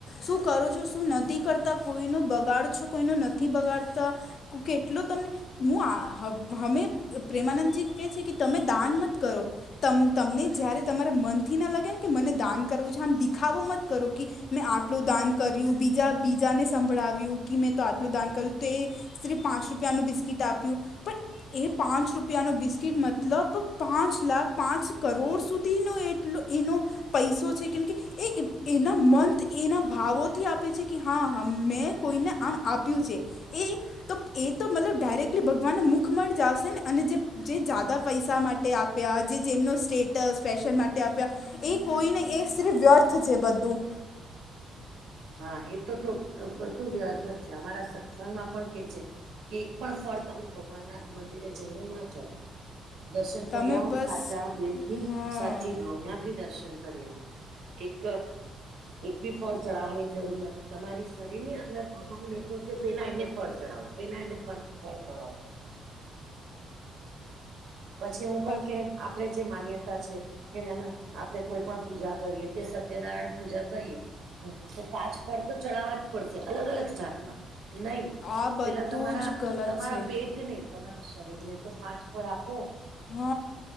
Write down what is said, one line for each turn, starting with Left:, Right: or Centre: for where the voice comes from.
Left: શું કરો છો શું નથી કરતા કોઈનો બગાડ છો કોઈનો નથી બગાડતા. કેટલુ તમને હું આ હ હમે પ્રેમાનંદજી કે છે કે તમે દાન માં કરો ત તમને જયારે તમારા મનથી ના લગે ને કે મને દાન કરવું છે આમ દીખાવો મત કરો કી મેં આટલું દાન કર્યું બીજા બીજાને સંભળાવ્યું કી મેં તો આટલું દાન કર્યું તો સ્ત્રી પાંચ રૂપિયાનું બિસ્કીટ આપ્યું પણ એ પાંચ રૂપિયાનુ બિસ્કિટ મતલબ પાંચ લાખ પાંચ કરોડ સુધીનો એટલો એનો પૈસો છે કેમકે એ એના મંત એના ભાવોથી આપે છે કે હા મે કોઈને આમ આપ્યું છે. એ તો એ તો મતલબ ડાયરેક્ટલી ભગવાનના મુખમાં જ આવશે ને અને જે જે જાદા પૈસા માટે આપ્યા જે જેમનો સ્ટેટસ ફેશન માટે આપ્યા. એ કોઈ નહી એ સિર્ફ વ્યર્થ છે બધું
Right: હા એ તો બધું વ્યર્થ જ છે અમારા સત્સંગ માં પણ કે છે. કે એક પણ ફળ તમે ભગવાન ના મંદિરે જઈને ના ચડાવો. દર્શન કરી
Left: તમે
Right: આવો
Left: બસ
Right: સાચા દિલ થી
Left: હા
Right: સાચી ભાવના થી દર્શન કરી આવો એક એક બી ફળ ચડાવવાની જરૂર નથી. તમારી શરીર ની અંદર ભગવાન બેઠો છે. પેલા એને ફળ ચડાવો પેલા એને ફળ ફડાવો. પછી હુ કવ
Left: પર
Right: કે આપડે જે માન્યતા છે. કે નાના આપડે કોઈ પણ પૂજા કરીએ કે સત્યનારાયણ પૂજા કરીએ. હમ તો પાંચ ફળ તો ચડાવવા જ પડશે અલગ અલગ જાતના નહી.
Left: આ બધું
Right: પેલા તમારા
Left: જ ગલત
Right: તમારા
Left: છે
Right: પેટને તમારા શરીર ને તો પાંચફળ આપો.
Left: હ